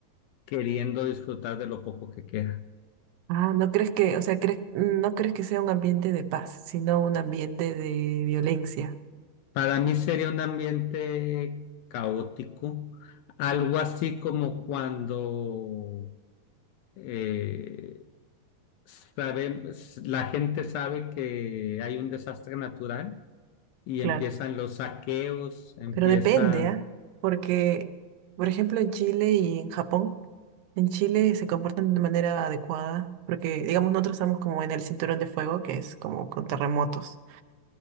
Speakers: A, on the left; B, on the right.
A: queriendo disfrutar de lo poco que queda.
B: Ah, no crees que, o sea, crees, no crees que sea un ambiente de paz, sino un ambiente de violencia.
A: Para mí sería un ambiente caótico, algo así como cuando eh, sabe- la gente sabe que hay un desastre natural y
B: Claro.
A: empiezan los saqueos, empiezan,
B: Pero depende, ¿ah? Porque, por ejemplo, en Chile y en Japón En Chile se comportan de manera adecuada, porque digamos nosotros estamos como en el cinturón de fuego, que es como con terremotos.